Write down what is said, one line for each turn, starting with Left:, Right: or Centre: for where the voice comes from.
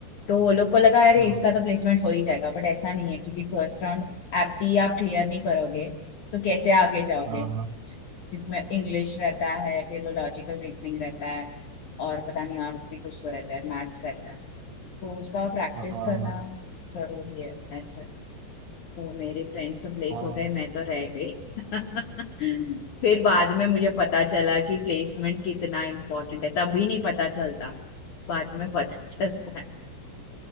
Left: तो वो लोग को लगा अरे
Right: हाँ
Left: इसका तो प्लेसमेंट हो ही जाएगा बट ऐसा नहीं है क्योंकि फर्स्ट राउंड एप्टी आप क्लियर नहीं करोगे तो कैसे आगे जाओगे
Right: हाँ
Left: जिसमें इंग्लिश रहता है फिर वो लॉजिकल रीजनिंग रहता है और पता नहीं और भी कुछ तो रहता है मैथ्स रहता है तो उसका प्रैक्टिस
Right: हाँ
Left: करना जरूरी है ऐसा तो मेरे फ्रेंड्स तो प्लेस
Right: हाँ
Left: हो गए मैं तो रह गई <laughs> फिर बाद में मुझे पता चला कि प्लेसमेंट कितना इम्पोर्टेंट है तभी नहीं पता चलता बाद में पता <laughs> चलता है